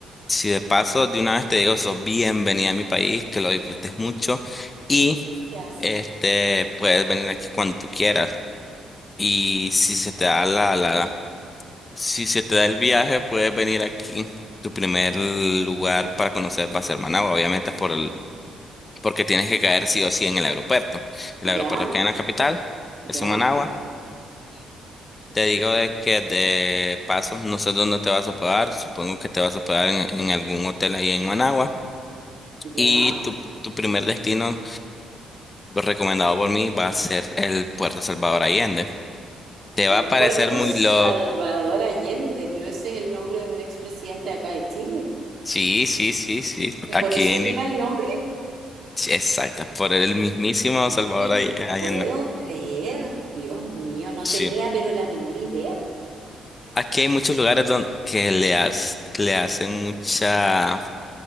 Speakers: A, on the left; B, on the right.
A: si de paso de una vez te digo, sos bienvenida a mi país, que lo disfrutes mucho y
B: ¿Qué haces?
A: este puedes venir aquí cuando tú quieras. Y si se te da la, la, la- si se te da el viaje, puedes venir aquí. Tu primer lugar para conocer va a ser Managua, obviamente por el, porque tienes que caer sí o sí en el aeropuerto. El
B: Ya,
A: aeropuerto que hay en la capital
B: ya,
A: es en Managua. Te digo de que de pasos no sé dónde te vas a hospedar, supongo que te vas a hospedar en, en algún hotel ahí en Managua.
B: ya.
A: Y tu, tu primer destino, recomendado por mí, va a ser el Puerto Salvador Allende. Te
B: El
A: va a
B: Puerto
A: parecer muy
B: Salvador
A: loco.
B: Allende, pero ese es el nombre de un expresidente acá de Chile.
A: Sí, sí, sí, sí.
B: ¿Y
A: Aquí
B: por eso
A: en...
B: lleva el nombre?
A: sí, Exacto, por el mismísimo
B: No
A: Salvador
B: te
A: Ay- Allende.
B: puedo creer, Dios mío, no
A: Sí.
B: tenía pero la menor idea.
A: Aquí hay muchos lugares donde que le, has- le hacen mucha,